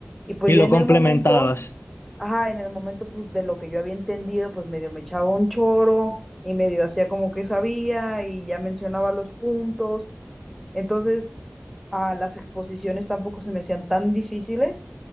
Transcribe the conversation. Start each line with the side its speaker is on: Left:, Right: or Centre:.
Centre: y pues
Left: Y
Centre: ya
Left: lo
Centre: en
Left: complementabas.
Centre: el momento, ajá, en el momento pues de lo que yo había entendido, pues medio me echaba un choro y medio hacía como que sabía y ya mencionaba los puntos. Entonces, a las exposiciones tampoco se me hacían tan difíciles